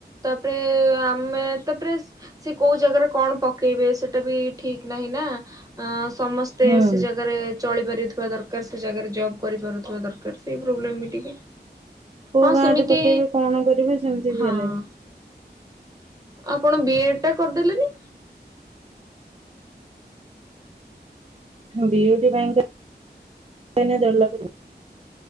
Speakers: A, on the right; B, on the right.
A: ତାପରେ ଆମେ ତାପରେ, ସେ କୋଉ ଜାଗାରେ କଣ ପକେଇବେ, ସେଟା ବି ଠିକ ନାହିଁ ନା। ସମସ୍ତେ
B: ହୁଁ।
A: ସେ ଜାଗାରେ ଚଳି ପାରୁଥିବା ଦରକାର ସେ ଜାଗାରେ ଜବ କରିପାରୁଥିବା ଦରକାର ସେଇ ପ୍ରୋବଲେ ବି ଟିକେ
B: କୋଉ
A: ହଁ
B: ଗାଁ
A: ସେମିତି
B: ରେ ପକେଇବେ କଣ କରିବେ ସେମିତି ବି
A: ହଁଅଁ
B: ହେଲାଣି।
A: ଆପଣ ବି ଏଡ ଟା କରିଦେଲେନି?
B: ବି ଇ ବି ପାଇଁତ ଲକ୍ଷେ ନାଁ ଦେଢ଼ଲକ୍ଷ ଦେ